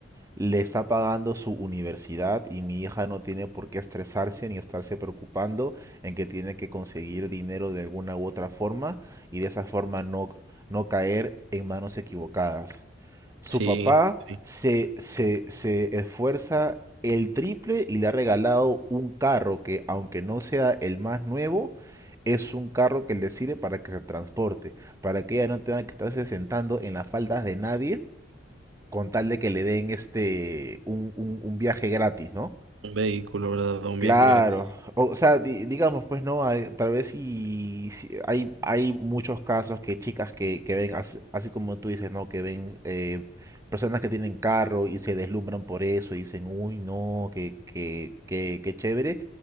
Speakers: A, on the right; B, on the right.
A: le está pagando su universidad y mi hija no tiene por qué estresarse ni estarse preocupando en que tiene que conseguir dinero de alguna u otra forma y de esa forma no, no caer en manos equivocadas. Su
B: sí,
A: papá
B: sí,
A: se, se, se esfuerza el triple y le ha regalado un carro que, aunque no sea el más nuevo, es un carro que le sirve para que se transporte, para que ella no tenga que estarse sentando en las faldas de nadie con tal de que le den este un, un, un viaje gratis, ¿no?
B: un vehículo, ¿verdad? Un
A: Claro,
B: viaje gratis.
A: o, o sea, di- digamos, pues no, Hay- tal vez si, si- hay, hay muchos casos que chicas que, que ven, as- así, como tú dices, ¿no? Que ven eh, personas que tienen carro y se deslumbran por eso y dicen, uy, no, qué qué qué qué chévere.